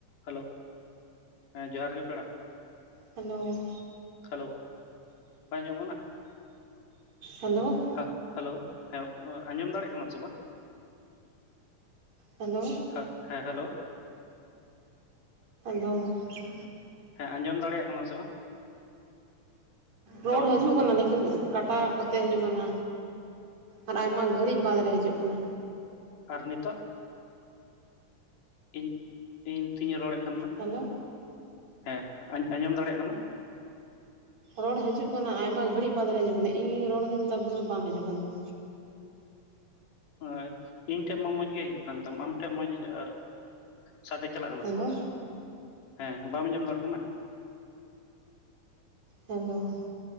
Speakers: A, on the left; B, on the right.
A: Hello, ᱦᱮᱸ ᱡᱚᱦᱟᱨ ᱜᱮ ᱯᱮᱲᱟ᱾
B: ᱦᱮᱞᱳ,
A: ᱦᱮᱞᱳ, ᱵᱟᱝ ᱟᱸᱡᱚᱢᱚᱜ ᱠᱟᱱᱟ᱾
B: ᱦᱮᱞᱳ,
A: ᱦᱟ ᱦᱮᱞᱳ ᱦᱮᱸ ᱟᱸᱡᱚᱢ ᱫᱟᱲᱮᱭᱟᱜ ᱠᱟᱱᱟᱢ ᱥᱮ ᱵᱟᱝ?
B: ᱦᱮᱞᱳ,
A: ᱦᱮᱸᱜ ᱦᱮᱸ ᱦᱮᱞᱳ, ᱾
B: <inaudible>
A: ᱦᱮᱸ ᱟᱸᱡᱚᱢ ᱫᱟᱲᱮᱭᱟᱜ ᱠᱟᱱᱟᱢ ᱥᱮ ᱵᱟᱝ?
B: ᱨᱚᱲ
A: ᱦᱮᱞᱳ
B: ᱦᱟᱹᱡᱩᱜ ᱠᱟᱱᱟ ᱞᱮᱠᱤᱱ ᱠᱟᱴ-ᱟᱜ ᱠᱟᱛᱮᱜ ᱦᱤᱡᱩᱜ ᱠᱟᱱᱟ ᱟᱨ ᱟᱭᱢᱟ ᱜᱷᱟᱹᱲᱤᱡ ᱵᱟᱸᱫᱽ ᱨᱮ ᱦᱤᱡᱩᱜ ᱠᱟᱱᱟ ᱾
A: ᱟᱨ ᱱᱤᱛᱚᱜ? ᱤᱧ ᱤᱧ ᱛᱩᱤᱧ ᱨᱚᱲᱮᱫ ᱠᱟᱱ ᱢᱟ
B: ᱦᱮᱞᱳ
A: ᱦᱮᱸ ᱟᱸᱡᱚᱢ ᱫᱟᱲᱮᱟᱜ ᱠᱟᱱᱟᱢ?
B: ᱨᱚᱲ ᱦᱟᱹᱡᱩᱜ ᱠᱟᱱᱟ ᱟᱭᱢᱟ ᱜᱷᱟᱹᱲᱤᱜ ᱵᱟᱫᱽᱨᱮ ᱦᱤᱡᱩᱜ ᱠᱟᱱᱟ ᱤᱧ-ᱧᱤᱧ ᱨᱚᱲ ᱟᱹᱫᱤᱧ ᱛᱟᱵᱽ ᱫᱚ ᱵᱟᱝ ᱦᱤᱡᱩᱜ ᱠᱟᱱᱟ ᱾
A: ᱦ ᱤᱧ ᱴᱷᱮᱡ ᱢᱟ ᱢᱚᱸᱡᱽ ᱜᱮ ᱦᱤᱡᱩᱜ ᱠᱟᱱ ᱛᱟᱢ ᱟᱢᱴᱷᱮᱡ ᱢᱚᱸᱡᱽ ᱡᱟᱜ ᱥᱟᱰᱮ ᱪᱟᱞᱟᱜ ᱠᱟᱱᱟ
B: ᱦᱮᱞᱳ
A: ᱥᱮ ᱵᱟᱝ ᱦᱮᱸ ᱵᱟᱢ ᱟᱸᱡᱚᱢ ᱫᱟᱲᱮᱜ ᱠᱟᱱᱟ?
B: ᱪᱮᱞᱳ ᱾